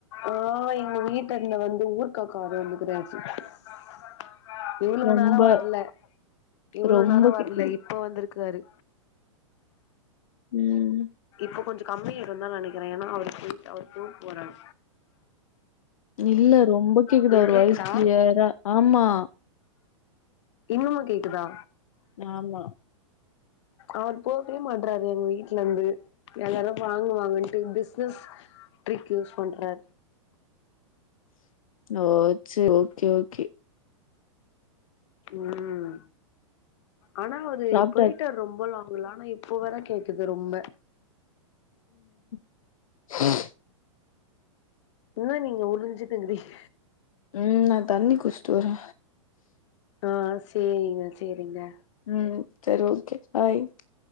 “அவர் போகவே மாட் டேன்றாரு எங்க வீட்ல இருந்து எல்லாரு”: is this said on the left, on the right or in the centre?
Left